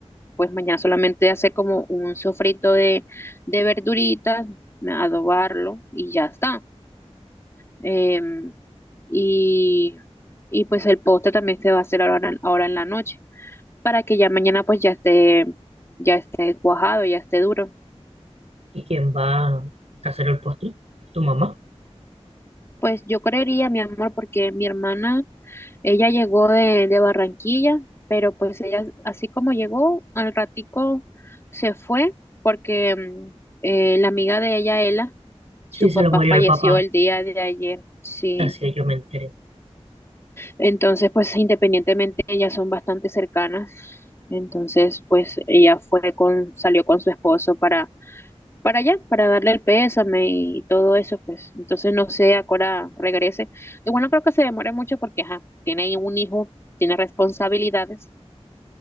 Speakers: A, on the left; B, on the right.
A: pues mañana solamente hacer como un sofrito de, de verduritas, adobarlo y ya está. Em, y, y pues el postre también se va a hacer ahora, en- ahora en la noche, para que ya mañana pues ya esté, ya esté cuajado, ya esté duro.
B: ¿Y quién va a hacer el postre? ¿Tu mamá?
A: Pues yo creería, mi amor, porque mi hermana, ella llegó de, de Barranquilla, pero pues ella, así como llegó, al ratico se fue, porque mm, eh, la amiga de ella, Ela,
B: Sí,
A: su
B: se
A: papá
B: lo murió
A: falleció
B: el papá.
A: el día de ayer, sí.
B: Así yo me enteré.
A: Entonces, pues independientemente, ellas son bastante cercanas. Entonces, pues ella fue con, salió con su esposo para, para allá, para darle el pésame y todo eso, pues. Entonces, no sé, ahora regrese. Y bueno, creo que se demore mucho porque, ajá, tiene un hijo, tiene responsabilidades,